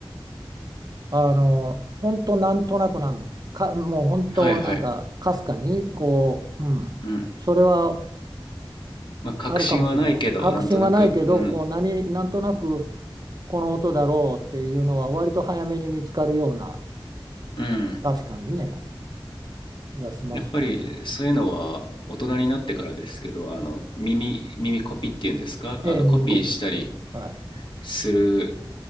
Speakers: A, on the right; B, on the left.
A: あの、本当なんとなくなん、か、もう本当なんか、
B: はいはい。
A: かすかに、こう、うん、
B: うん。
A: それは
B: まあ、確信はないけど、
A: あるかもしれないです。確信はないけど、
B: なんとなく、うん。
A: こう、何、なんとなく、この音だろうっていうのは、割と早めに見つかるような、
B: うん。
A: 確かにね、気がしますよね。
B: やっぱり、そういうのは、大人になってからですけど、あの、耳、耳コピっていうんですか、
A: ええ、
B: あの、
A: 耳コピーです。
B: コピーしたり
A: はい。
B: する